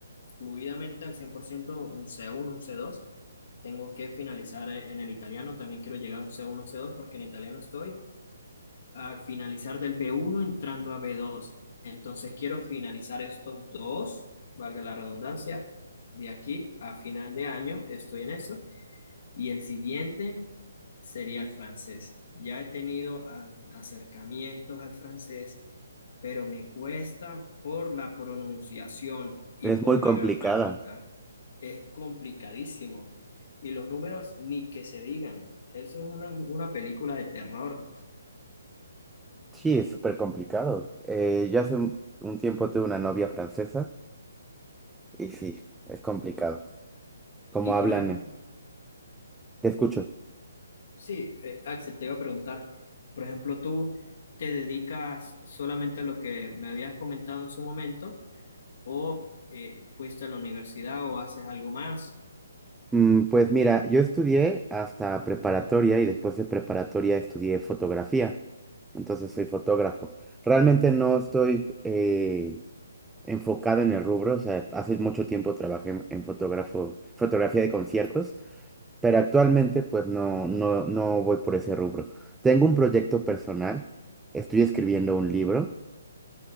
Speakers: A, on the left (about 50°); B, in the centre.
A: fluidamente al cien por ciento un c uno, un c dos. Tengo que finalizar e- en el italiano, también quiero llegar a un C1, c dos, porque en italiano estoy al finalizar del b uno entrando a b dos. Entonces quiero finalizar estos dos, valga la redundancia, de aquí a final de año estoy en eso y el siguiente sería el francés. Ya he tenido a- acercamientos al francés pero me cuesta por la pronunciación y
B: Es
A: por
B: muy complicada.
A: la gramática. Es complicadísimo. Y los números ni que se digan. Eso es una, una película de terror.
B: Sí, es súper complicado. Eh, yo hace un, un tiempo tuve una novia francesa y sí, es complicado. ¿Cómo
A: Y por
B: hablan?
A: ejemplo,
B: eh? Te escucho.
A: sí, eh, Axel, te iba a preguntar, por ejemplo, ¿tú te dedicas solamente a lo que me habías comentado en su momento o eh, fuiste a la universidad o haces algo más?
B: Mm, pues mira, yo estudié hasta preparatoria y después de preparatoria estudié fotografía. Entonces soy fotógrafo. Realmente no estoy eh, enfocado en el rubro. O sea, hace mucho tiempo trabajé en, en fotógrafo, fotografía de conciertos. pero actualmente pues no, no, no voy por ese rubro. Tengo un proyecto personal, estoy escribiendo un libro